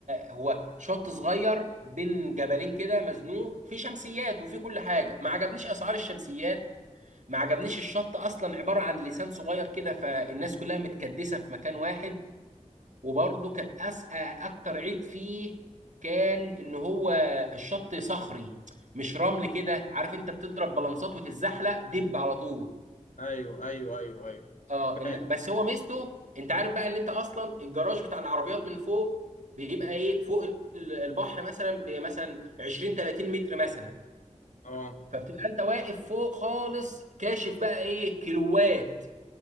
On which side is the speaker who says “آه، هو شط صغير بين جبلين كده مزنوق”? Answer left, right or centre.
Right